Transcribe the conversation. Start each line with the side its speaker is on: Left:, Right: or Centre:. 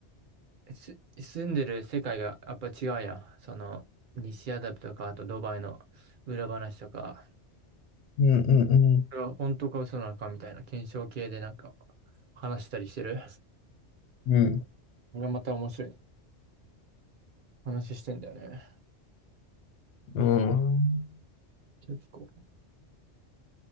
Right: あ、す、住んでる世界がやっぱ違うやん。その、西アダブとか、あとドバイの裏話とか、
Left: うんうん
Right: これは本当か嘘なのかみたいな検証系でなんか話したりしてる。
Left: うん。
Right: これはまた面白い話してんだよね。
Left: うん。ああ。
Right: 結構。